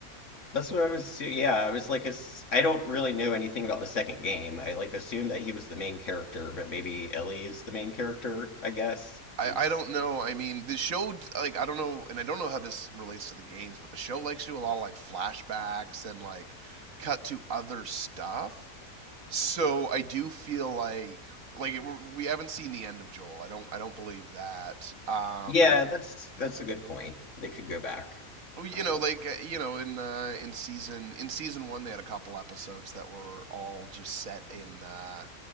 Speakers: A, on the left; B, on the right.
A: that's what I was. assu- Yeah, I was like, ass- I don't really know anything about the second game. I like assumed that he was the main character, but maybe Ellie is the main character, I guess.
B: I,
A: There's-
B: I don't know. I mean, the show, like, I don't know, and I don't know how this relates to the games, but the show likes to do a lot of, like, flashbacks and, like, cut to other stuff. So I do feel like, like, it, we're- we have not seen the end of Joel. I don't, I don't believe that. Um,
A: yeah, that's that's a good point. They could go back,
B: well, you
A: uh,
B: know, like, uh, you know, in, uh, in season, in season one, they had a couple episodes that were all just set in, uh,